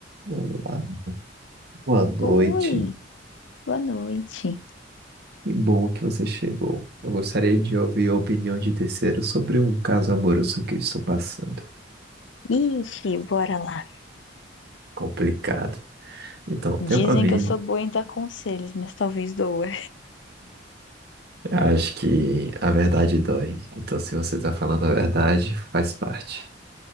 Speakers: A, on the right; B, on the left.
A: Olá, boa noite.
B: Oi, boa noite.
A: Que bom que você chegou. Eu gostaria de ouvir a opinião de terceiro sobre um caso amoroso que eu estou passando.
B: Ixi, bora lá.
A: Complicado. Então, tem
B: Dizem
A: uma mina.
B: que eu sou boa em dar conselhos, mas talvez doa.
A: Acho que a verdade dói. Então, se você está falando a verdade, faz parte.